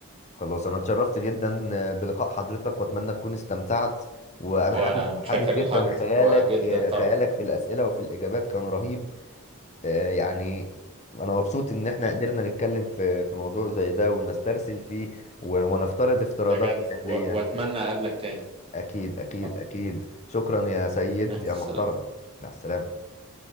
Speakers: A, on the left; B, on the right.
A: خلاص انا اتشرفت جدا آه، بلقاء حضرتك واتمنى تكون استمتعت وانا
B: وانا
A: حابب
B: انا متشكر
A: حابب جدا
B: لحاجتك
A: خيالك
B: وجدا
A: آه،
B: طبعا
A: خيالك في الاسئله وفي الاجابات كان رهيب آه، يعني انا مبسوط ان احنا
B: شكرا
A: قدرنا نتكلم في في موضوع زي ده ونسترسل فيه و- ونفترض افتراضات
B: بجد
A: خيالية
B: و- واتمنى اقابلك تاني
A: اكيد اكيد
B: طبعا
A: اكيد شكرا يا سيد
B: مع السلامة.
A: يا محترم مع السلامة